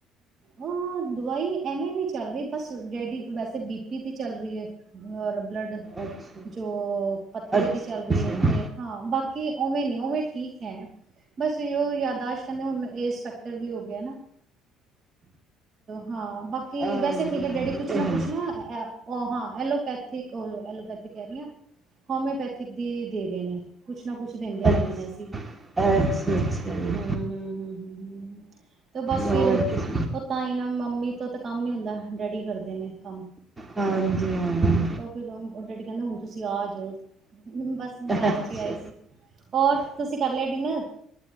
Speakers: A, on the right; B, on the right.
A: ਹ ਦਵਾਈ ਐਵੇਂ ਨੀ ਚੱਲ ਰਹੀ ਬਸ ਡੈਡੀ ਵੈਸੇ ਬੀਪੀ ਦੀ ਚੱਲ ਰਹੀ ਹੈ। ਔਰ ਬਲੱਡ
B: ਅੱਛਾ
A: ਜੋ ਪਤਲੇ
B: ਅੱਛਾ
A: ਦੀ ਚੱਲ ਰਹੀ
B: ਅੱਛਾ
A: ਹੈ ਤੇ ਹਾਂ ਬਾਕੀ ਉਵੇਂ ਨੀ ਉਵੇਂ ਠੀਕ ਹੈ। ਬਸ ਉਹ ਯਾਦਾਸ਼ਤ ਕਹਿੰਦੇ ਹੁਨ ਏਜ ਫੈਕਟਰ ਵੀ ਹੋ ਗਿਆ ਨਾ। ਹਾਂ ਬਾਕੀ
B: ਹਾਂਜੀ
A: ਵੈਸੇ ਠੀਕ ਏ
B: ਹਾਂ
A: ਡੈਡੀ
B: ਇਹ
A: ਕੁਛ
B: ਤੇ
A: ਨਾ
B: ਹੈ
A: ਕੁਛ ਨਾ ਹਾਂ ਐਲੋਪੈਥ <unintelligible> ਐਲੋਬੈਥਿਕ ਕਹਿ ਰਹੀ ਆਂ, ਹੋਮਿਓਪੈਥਿਕ ਦੀ ਦੇ ਰਹੇ ਨੇ ਕੁਛ ਨਾ ਕੁਛ ਦਿੰਦੇ ਰਹਿੰਦੇ
B: ਅੱਛਾ
A: ਨੇ ਅਸੀਂ
B: ਅੱਛਾ ਅੱਛਾ ਜੀ
A: ਹਮ ਹ ਤੇ ਬਸ
B: ਹੋਰ
A: ਫਿਰ
B: ਕਿਸ
A: ਉਹ ਤਾਂ ਨਾ ਮੰਮੀ ਤੋਂ ਤਾਂ ਕੰਮ ਨੀ ਹੁੰਦਾ ਡੈਡੀ ਕਰਦੇ ਨੇ ਕੰਮ
B: ਹਾਂਜੀ ਹਾਂ
A: ਤੇ ਫੇਰ ਹੁਨ ਡੈਡੀ ਕਹਿੰਦੇ ਹੁਣ ਤੁਸੀਂ ਆ ਜਾਓ ਬਸ। ਮੈਂ
B: ਅੱਛਾ
A: ਅੱਜ ਹੀ ਆਈ ਸੀ ਹੋਰ ਤੁਸੀਂ ਕਰ ਲਿਆ ਡਿਨਰ?